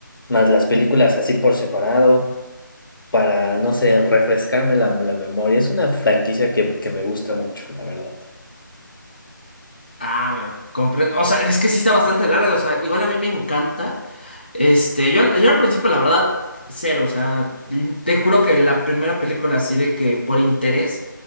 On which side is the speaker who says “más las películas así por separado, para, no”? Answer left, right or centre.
Left